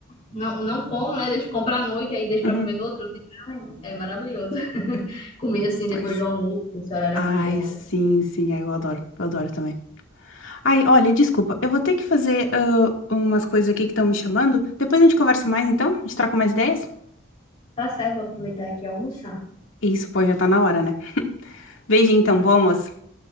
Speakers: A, on the left; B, on the left.
A: não, não como, né? Deixo comprar à noite, aí deixo
B: Uhum,
A: pra comer no outro dia. Ai, é maravilhoso. <laughs> Comer assim depois
B: pois.
A: do almoço, esse horário
B: Ai,
A: aqui é uma...
B: sim, sim. Ai, eu adoro. Eu adoro também. Ai, olha, desculpa, eu vou ter que fazer ãh, umas coisas aqui que estão me chamando. Depois a gente conversa mais, então? A gente troca mais ideias?
A: Tá certo, vou aproveitar aqui e almoçar.
B: Isso, pô, já tá na hora, né? <laughs> Beijinho, então, bom almoço.